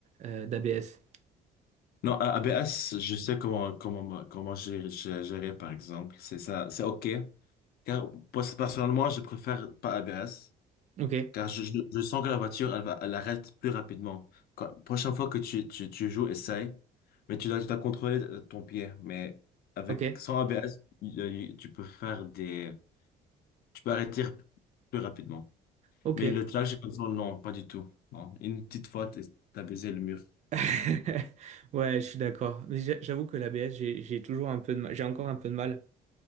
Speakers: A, on the right; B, on the left.
A: euh, d'ABS?
B: Non, à- ABS, je sais comment, comment, comment gérer, gérer, gérer, par exemple. C'est ça, c'est ok. Car, pers- personnellement, je préfère pas ABS.
A: Ok,
B: Car je, je- je sens que la voiture, elle va, elle arrête plus rapidement. Quand- prochaine fois que tu, tu, tu joues, essaye. Mais tu dois, tu dois contrôler euh, ton pied. Mais avec,
A: ok,
B: sans ABS, il- il- tu peux faire des, tu peux arrêter plus rapidement.
A: ok.
B: Mais le trajet comme ça, non, pas du tout. Non. Une petite fois, t'es- t'as baisé le mur.
A: <laughs> Ouais, je suis d'accord. Mais j'a- j'avoue que l'ABS, j'ai j'ai toujours un peu de mal, j'ai encore un peu de mal